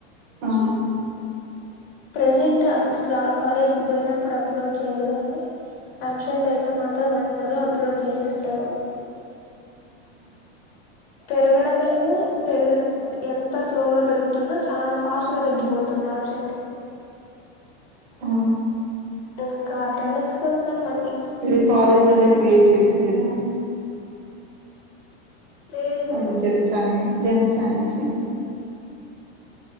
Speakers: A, on the right; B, on the left.
A: ఆ
B: ప్రెజెంట్ అసలు కాలేజ్ కి పోయినప్పుడు అప్లోడ్ చేయరు కానీ అబ్సెంట్ అయితే మాత్రం అందరు అప్లోడ్ చేసేస్తారు పెరగడమేమో పెరు ఎంత స్లోగా పెరుగుతుందో చాలా ఫాస్ట్ గా తగ్గిపోతుంది తోనా ఫ్ట్
A: ఆ
B: ఇంకా అటెండెన్స్ కోసం మళ్ళీ
A: మీరు కాలేజ్ వల్లే క్రియేట్ చేసింది అయ్
B: లేదు
A: అది జెమ్సని జెమ్స్ అనేేసి